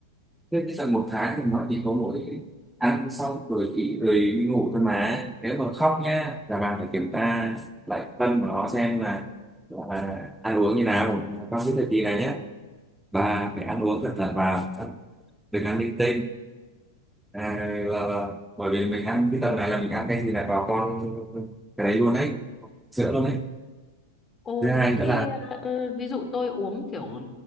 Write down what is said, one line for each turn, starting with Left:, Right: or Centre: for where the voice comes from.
Centre: thế cái tầm một tháng thì nó chỉ có mỗi ăn xong rồi nghỉ rồi đi ngủ thôi mà nếu mà khóc nhá là bà phải kiểm tra lại phân của nó xem là là ăn uống như nào mà trong cái thời kỳ này nhá bà phải ăn uống cẩn thận vào ăn- đừng ăn linh tinh à, là, là, bởi vì mình ăn cái tầm này là mình ăn cái gì là vào con cái đấy luôn đấy sữa luôn đấy
Left: Ồ,
Centre: thứ hai
Left: thế
Centre: nữa
Left: ờ, ờ, ví dụ tôi uống kiểu